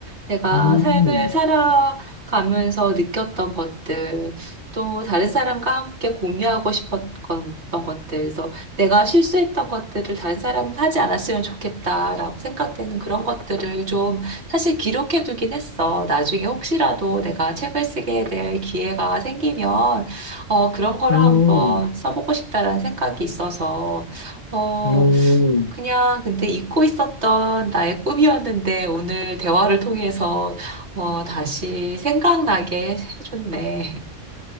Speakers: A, on the right (about 55°); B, on the left (about 35°).
A: 내가
B: 음,
A: 삶을 살아가면서 느꼈던 것들, 또 다른 사람과 함께 공유하고 싶었던 것들, 그래서 내가 실수했던 것들을 다른 사람은 하지 않았으면 좋겠다라고 생각되는 그런 것들을 좀 사실 기록해두긴 했어. 나중에 혹시라도 내가 책을 쓰게 될 기회가 생기면, 어, 그런 거를
B: 음,
A: 한번 써보고 싶다라는 생각이 있어서, 어,
B: 음.
A: 그냥 근데 잊고 있었던 나의 꿈이었는데 오늘 대화를 통해서, 어, 다시 생각나게 해줬네.